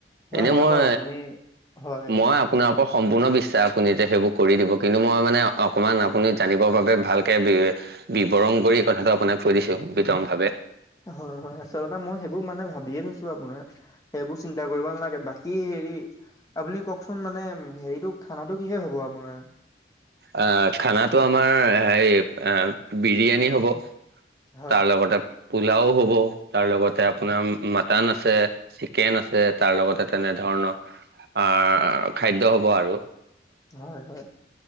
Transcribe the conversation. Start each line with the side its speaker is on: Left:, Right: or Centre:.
Left: নহয়
Right: এনেই
Left: হয়
Right: মই,
Left: বাৰু আপুনি হয়
Right: মই আপোনাক সম্পূৰ্ণ বিশ্বাস আপুনি যে সেইবোৰ কৰি দিব কিন্তু মই মানে অকমান আপুনি জানিবৰ বাবে ভালকে বি বিৱৰণ কৰি কথাটো আপোনাক কৈ দিছো বিতং ভাৱে।
Left: হয়, হয় আচলতে মই সেইবোৰ মানে ভাৱিয়ে থৈছো আপোনাৰ সেইবোৰ চিন্তা কৰিব নালাগে। বাকী হেৰি আপুনি কওকচোন মানে হেৰিটো খানাটো কিহে হ'ব আপোনাৰ?
Right: আহ খানাটো আমাৰ হেৰী এ বিৰিয়ানী হ'ব।
Left: হয়
Right: তাৰ লগতে পোলাও হ'ব তাৰ লগতে আপোনাৰ
Left: হয়
Right: উম মা মাটান আছে চিকেন আছে তাৰ লগতে তেনে ধৰণৰ আহ খাদ্য হ'ব আৰু।
Left: হয় হয়।